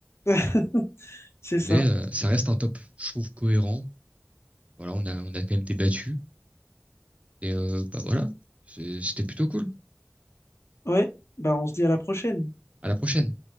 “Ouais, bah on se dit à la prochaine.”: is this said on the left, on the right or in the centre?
Left